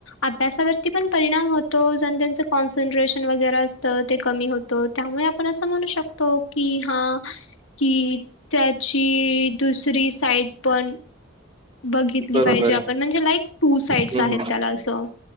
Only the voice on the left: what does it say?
अभ्यासावरती पण परिणाम होतो जण त्यांच कॉन्सन्ट्रेशन वगैरे असतं ते कमी होत. त्यामुळ आपण असं म्हणू शकतो कि हा कि त्याची दुसरी साईड पण बघितली
पाहिजे आपण
म्हणजे लाईक टू साईड्स
आहेत
त्याला असं.